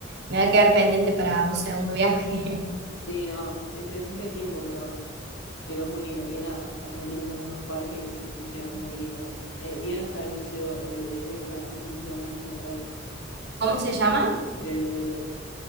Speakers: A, on the right; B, on the left.
A: Me va a quedar pendiente para un segundo viaje.
B: Sí, no, siempre, siempre hay tiempo, pero, pero es muy lindo. Viena también tiene como unos parques y museos muy lindos. El Viena está el Museo Belvedere, que para mí es el museo más lindo que hay,
A: <laughs> ¿Cómo
B: que
A: se llama?
B: del Belvedere.